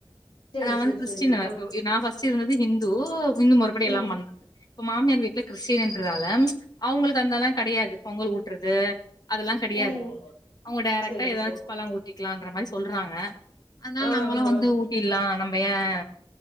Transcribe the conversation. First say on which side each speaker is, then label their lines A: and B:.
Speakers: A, on the left; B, on the left.
A: சேரி
B: நான் வந்து
A: சேரி
B: கிறிஸ்டினு
A: சேரி ஆ
B: இப்போ நான் ஃபஸ்ட்டு இருந்தது ஹிந்து ஹிந்து முறப்படி
A: ம்
B: எல்லாம் பண்றது இப்ப மாமியார் வீட்ல கிறிஸ்டினின்றதால அவுங்களுக்கு அந்தெல்லா கெடையாது பொங்கல் ஊட்றது அதெல்லா கெடையாது
A: ம்
B: அவுங்க டேரக்ட்டா
A: சேரி
B: எதாச்சு
A: சேரி
B: பழோ ஊட்டிக்லான்ற மாரி சொல்றாங்க அதுனால
A: ஆ ஆ
B: நம்மளு வந்து
A: ஆ
B: ஊட்டில்லா நம்ப ஏன்